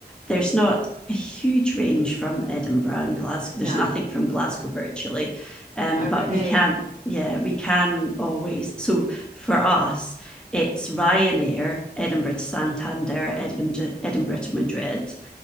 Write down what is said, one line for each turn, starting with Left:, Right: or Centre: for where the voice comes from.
Centre: there's not a huge range from Edinburgh and Glasgow.
Right: no,
Centre: There's nothing from Glasgow virtually, um,
Right: I
Centre: but
Right: really,
Centre: we can yeah we can always. So for us, it's Ryanair, Edinburgh to Santander, Edinburgh to, Edinburgh to Madrid,